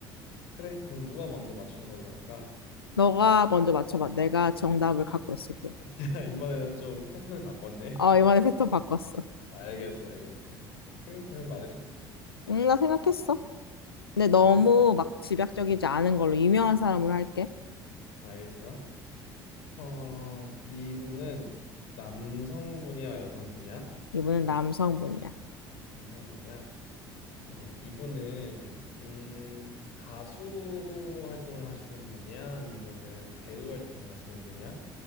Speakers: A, on the left (about 60°); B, on the left (about 80°).
A: 그래, 그럼 누가 먼저 맞추는 걸로 할까?
B: 너가 먼저 맞춰봐. 내가 정답을 갖고 있을게.
A: <laughs> 이번에는 좀 패턴을 바꿨네.
B: 어, 이번에 패턴 바꿨어.
A: 알겠어, 알겠어. 생각되면 말해줘.
B: 응, 나 생각했어. 근데 너무
A: 음,
B: 막 집약적이지 않은 걸로 유명한 사람으로 할게.
A: 알겠어. 어, 이분은 남성분이야, 여성분이야?
B: 이분은 남성분이야.
A: 남성분이야? 음, 이분은 음, 가수 활동을 하시는 분이야? 아니면은 배우 활동을 하시는 분이야?